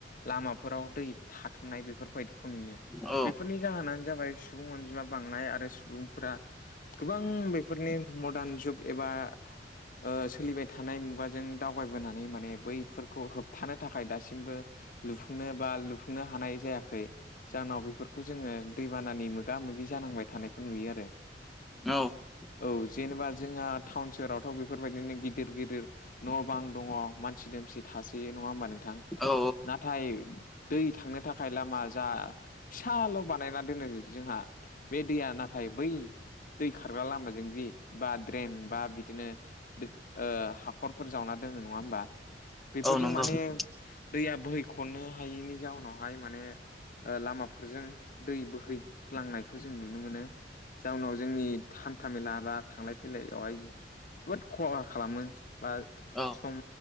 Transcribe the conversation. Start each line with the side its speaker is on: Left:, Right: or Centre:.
Left: लामाफोराव दै थाथुमनाय बेफोरबायदिखौ नुयो।
Centre: औ
Left: बेफोरनि जाहोनानो जाबाय सुबुं अनजिमा बांनाय आरो सुबुंफोरा गोबां बेफोरनि मदार्न जुग एबा ओ सोलिबाय थानाय मुगाजों दावगबोनानै माने बैफोरखौ होब थानो थाखाय दासिमबो लुफुंनो बा लुफुंनो हानाय जाया जाहनाव बेफोरखौ जोङो दैबानानि मोगा मोगि जानांबाय थानायखौ नुयो आरो।
Centre: नंगौ
Left: औ जेनेबा जोंहा टाउन सहोरावथ' बेफोरबायदिनो गि गिदिर गिदिर न' बां दङ मानसि दोमसि थासै नङा होमबा नोंथां।
Centre: औ
Left: नाथाय दै थांनो थाखाय लामा जा फिसाल' बानायना दोनो जोंहा बे दैया ना थाय बै दै खारग्रा लामाजों जि बा ड्रेन बा बिदिनो ओ हाखरफोर जावना दोनङो नङा होमबा बेफोरजों
Centre: नंगौ
Left: माने दैया बोहैखनो हायैनि जाउनावहाय माने लामाफोरजों दै बोहैलांनायखौ जों नुनो मोनो। जाउनाव जोंनि हान्था मेला बा थांलाय फैलायावहाय जोबोद खहा खालामो बा
Centre: औ।
Left: सम